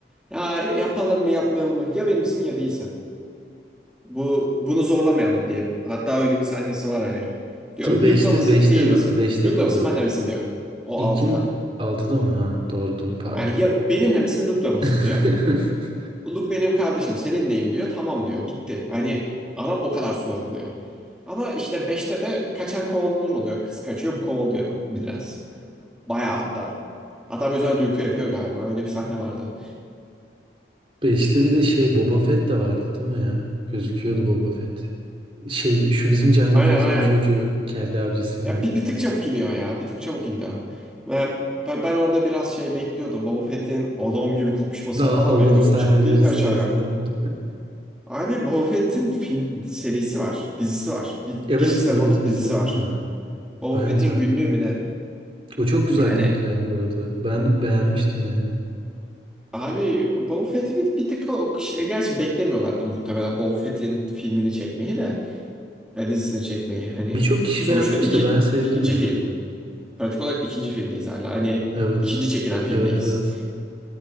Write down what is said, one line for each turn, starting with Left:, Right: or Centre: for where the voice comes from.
Centre: Ya yapalım mı yapmayalım mı? Ya benimsin ya değilsin. Bu bunu zorlamayalım diye. Hatta öyle bir sahnesi var hani. Diyor
Right: Değil mi?
Centre: Luke'la
Right: Beşte,
Centre: mısın
Right: beşte
Centre: değil misin?
Right: değil mi? Beşte
Centre: Luke'la
Right: miydi
Centre: mısın
Right: o?
Centre: benle misin diyor. O
Right: İlkin
Centre: 6'da.
Right: altıda mı? Ha doğru doğru pardon.
Centre: Yani ya benimle misin Luke'la mısın
Right: <laughs>
Centre: diyor. Luke benim kardeşim seninleyim diyor. Tamam diyor bitti. Hani adam o kadar sorguluyor. Ama işte beşte de kaçan kovalanır oluyor. Kız kaçıyor bu kovalıyor biraz. Bayağı hatta. Hatta bu yüzden Luke'u yapıyor galiba. Öyle bir sahne vardı.
Right: Beşte bir de şey Boba Fett de vardı değil mi ya? Gözüküyordu Boba Fett. Şey şu bizim Can
Centre: Aynen
Right: Gafet'in
Centre: aynen.
Right: çocuğu kelle avcısı
Centre: Ya
Right: yine.
Centre: bir, bir tık çabuk iniyor ya. Bir tık çabuk indi. Ben, ben, ben orada biraz şey bekliyordum. Boba Fett'in adam gibi kopuşmasını
Right: Daha
Centre: falan
Right: havalı
Centre: bekliyordum.
Right: sahneler
Centre: Çat diye
Right: istiyordun
Centre: indi aşağıya.
Right: değil mi? <laughs>
Centre: Abi Boba Fett'in film serisi var. Dizisi var. Bir,
Right: Evet
Centre: bir sezonluk
Right: evet izledim
Centre: dizisi var.
Right: ben.
Centre: Boba
Right: Aynen
Centre: Fett'in
Right: kanka.
Centre: günlüğü mü ne?
Right: O çok güzel
Centre: Yani
Right: kanka ya bu arada. Ben beğenmiştim yani.
Centre: abi Boba Fett'i bir, bir tık o şey, gerçi beklemiyorlardı muhtemelen Boba Fett'in filmini çekmeyi de ya dizisini çekmeyi. Hani
Right: Birçok kişi
Centre: sonuçta
Right: beğenmemiş
Centre: iki,
Right: de ben sevdim
Centre: ikinci
Right: ya
Centre: film.
Right: onu.
Centre: Pratik olarak ikinci filmdeyiz hala. Hani
Right: Evet.
Centre: ikinci çekilen filmdeyiz.
Right: Evet evet.